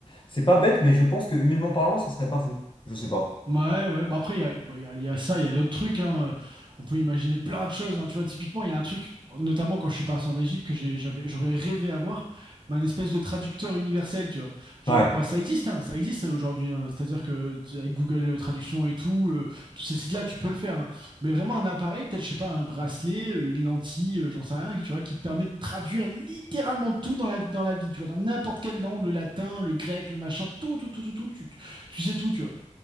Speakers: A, on the left (about 40°); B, on the right (about 35°).
A: c'est pas bête, mais je pense que humainement parlant, ça serait pas fou. Je sais pas.
B: Ouais, ouais. Bah après, il y a, bon, il y a- il y a ça, il y a d'autres trucs. hein. Euh, On peut imaginer plein de choses. hein. Tu vois, typiquement, il y a un truc, notamment quand je suis parti en Égypte, que j'ai- j'avais, j'aurais rêvé avoir, mais un espèce de traducteur universel, tu vois. Genre,
A: Ouais.
B: bah ça existe, hein, ça existe aujourd'hui. hein. C'est-à-dire que tu- avec Google Traduction et tout, euh, tous ces sites-là, tu peux le faire. hein. Mais vraiment, un appareil, peut-être, je sais pas, un bracelet, euh, une lentille, euh, j'en sais rien, tu vois, qui te permet de traduire littéralement tout dans la, dans la vie, tu vois, dans n'importe quelle langue, le latin, le grec, le machin, tout, tout, tout, tout, tout, tu, tu sais tout, tu vois.